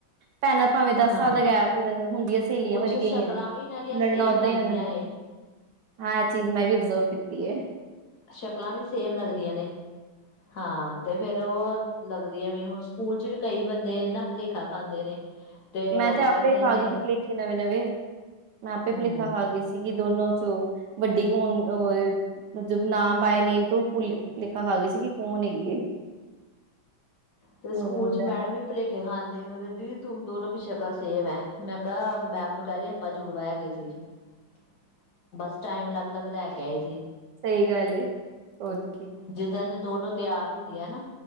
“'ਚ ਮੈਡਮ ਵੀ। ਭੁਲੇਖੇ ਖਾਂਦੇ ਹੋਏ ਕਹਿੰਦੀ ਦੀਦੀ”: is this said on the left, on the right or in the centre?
Left